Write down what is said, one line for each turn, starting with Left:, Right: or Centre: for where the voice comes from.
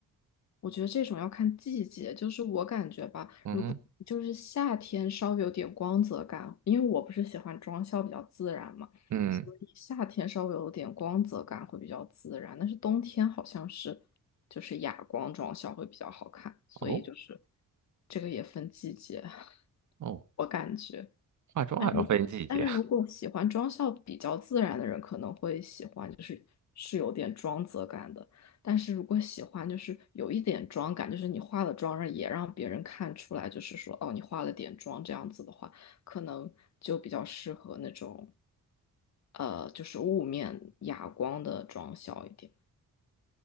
Left: 我觉得这种要看季节。就是我感觉吧，
Right: 嗯哼
Left: 如果就是夏天稍微有点光泽感，因为我不是喜欢妆效比较自然嘛，
Right: 嗯，
Left: 所以夏天稍微有点光泽感会比较自然。但是冬天好像是就是哑光妆效会比较好看，所以就是
Right: 哦
Left: 这个也分季节，<laughs>
Right: 哦，
Left: 我感觉。
Right: 化妆还要分季节。
Left: 但是如果但是如果喜欢妆效比较自然的人，可能会喜欢，就是是有点妆泽感的。但是如果喜欢就是有一点妆感，就是你化了妆，让也让别人看出来，就是说哦，你化了点妆这样子的话，可能就比较适合那种呃，就是雾面哑光的妆效一点。